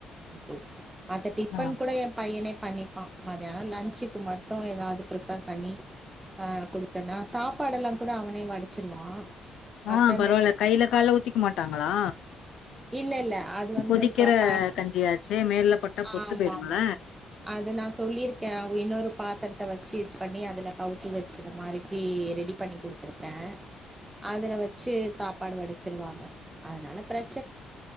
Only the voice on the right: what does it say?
<inaudible> மத்த டிஃபன்
கூட எ பையனே பண்ணிப்பா மதியானோ லன்சுக்கு மட்டு ஏதாவ்து ப்ரிப்பர் பண்ணி ஆ குடுத்தேனா சாப்பாடெல்லா கூட அவனே வடிச்சிருவா மத்த
அந்த
இல்ல இல்ல அது வந்து
கா பா
ஆமா
ஆமா அது நா சொல்லியிருக்கே உ இன்னொரு பாத்திரத்த வச்சு இது பண்ணி அதுல கவுத்து வச்சற மாரி ப்பி ரெடி பண்ணி குடுத்துருக்கே அதுல வச்சு சாப்பாடு வடிச்சிருவாங்க அதனால ப்ரச்